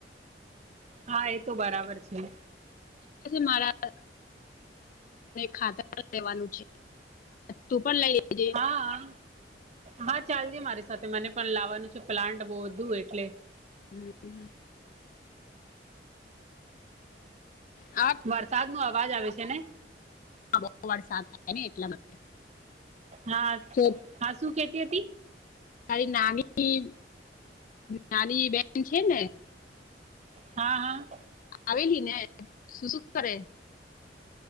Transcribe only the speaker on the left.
મારા ખાતર લેવાનું છે. તું પણ લઈ જજે.
હમ. હા
બહુ વરસાદ થાય ને એટલા માટે
તો
તારી નાની નાની બેન છે ને?
આવેલી ને શું શું કરે?